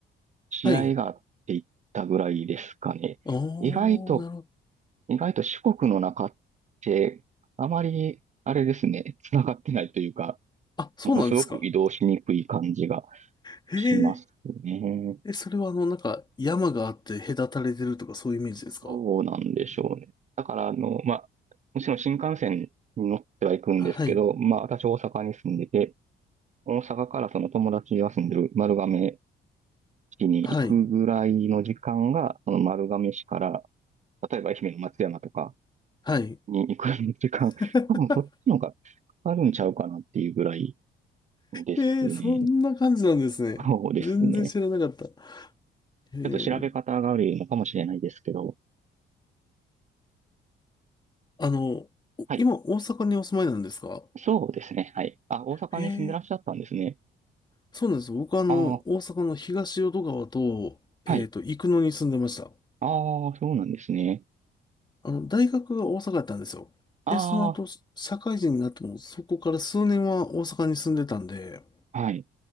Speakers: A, on the right (about 35°); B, on the left (about 20°).
A: 試合があって行ったぐらいですかね。
B: はい。おー、
A: 意外と
B: なるほど。
A: 意外と四国の中って、あまり、あれですね、繋がってないというか、
B: あ、そうなんですか。
A: ものすごく移動しにくい感じが
B: へ
A: しますね。
B: え、それはあの、なんか、山があって隔たれてるとかそういうイメージですか
A: どうなんでしょうね。だから、あの、まあ、もちろん新幹線に乗ってはいくんですけど、
B: はい。
A: まあ、私大阪に住んでて、大阪からその友達が住んでる丸亀市に行くぐらいの時間が、
B: はい。
A: その丸亀市から、例えば愛媛の松山とか
B: はい。
A: に行く時間、
B: <laughs>
A: 多分そっちの方がかかるんちゃうかなっていうぐらい、ですね。
B: えー、そんな感じなんですね。
A: そうですね。
B: 全然知らなかった。えー、
A: ちょっと調べ方が悪いのかもしれないですけど。
B: あの、お今、
A: はい。
B: 大阪にお住まいなんですか
A: そうですね。はい。あ、大阪に住んでらっしゃったんですね。
B: えー、そうなんです。僕はあの、
A: ああ、
B: 大阪の東淀川と、
A: はい。
B: えっと、生野に住んでました。
A: ああ、そうなんですね。
B: あの、大学が大阪だったんですよ。
A: あ
B: で、その後、社会人になっても、そこから数年は大阪に住んでたんで、
A: あ、はい。